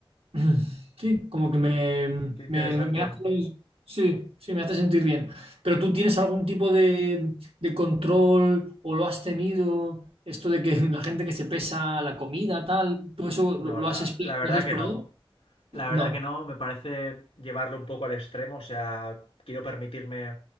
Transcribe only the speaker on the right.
<clears throat> Sí, como que me,
me,
me hace, sí, sí, me hace sentir bien. Pero tú tienes algún tipo de, de control o lo has tenido, esto de que la gente que se pesa la comida, tal, ¿tú eso
lo, lo
has, expl-
lo has explorado?
No.